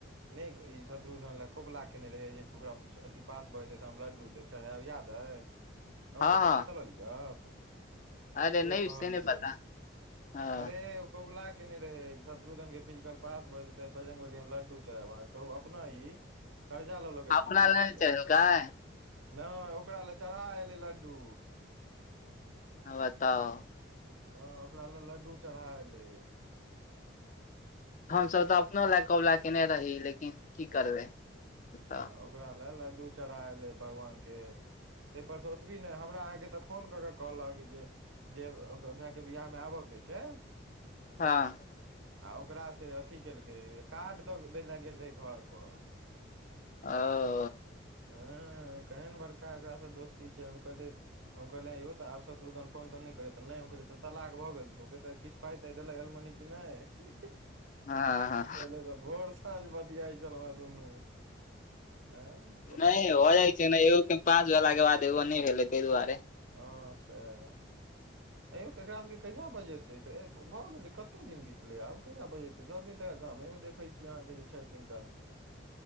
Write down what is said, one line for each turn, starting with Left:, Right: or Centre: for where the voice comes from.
Right: नहि ई शत्रुधन लऽ कोबला केने रहै जे ओकरा अथिपास भऽ जेतै तऽ हम लड्डू देब चढ़ायब याद अइ अहाँ
Left: हँ
Right: के
Left: हँ
Right: पता चलल इ गप
Left: अरे
Right: से
Left: नहि
Right: कहलिये
Left: नहि पता हँ
Right: अरे कोबला केने रहे जे शत्रुधन के फिजिकल पास ब देते बजरंगबलीहमलड्डू चरढैबकहू अपना ई कर्जा लऽ लऽ के
Left: अपना
Right: जीवै
Left: लग
Right: छियै
Left: चलकै
Right: नहि ओकरा ले चराएह एलै लड्डू
Left: ह बताऔ
Right: ह ओकरा ले लड्डू चराएह एलै यै
Left: हम सब तऽ अपनो ल कोबला केने रही लेकिन की करबै तऽ
Right: ह ओकरा लए लड्डू चढ़ाए लै भगवानके तें परसे ओतबी नय हमरा अहाँके तऽ फोन कऽ के कहलक जे जे ओकर भैएके बिआहमे आबक छै
Left: <unintelligible>
Right: आ‌ ओकरा से अथी केलकै कार्ड द देैले गेल रहै घर पर
Left: <unintelligible>
Right: हँ केहन बड़का एकरा से दोस्ती छै हम कहलियै हम कहलिए यायो तऽ आब शत्रुधन फोन तोन नइ करेए तऽ नय तऽ हम कहलिये तऽ तलाक भऽ गेलछु फेर तऽ किछ पाय ताय देलक एलोमनी‌ कि नय पहिले
Left: हँ हँ
Right: तऽ भोर स साँझ बतियाए छलोह दुनू अएह
Left: नय यो भजाय छै ने एगो कऽ पास भेलाके बाद एगो नय भेलै तै दुआरे
Right: ह सएह ऐयौ तऽ एकरा सबके कहिया बजै ते ऐ भऽ गेलै कते दिन बीतलै आब कहिया बजेैते सब दिन तऽ गामे मे देखै छियै अहाँके जे छै तिनका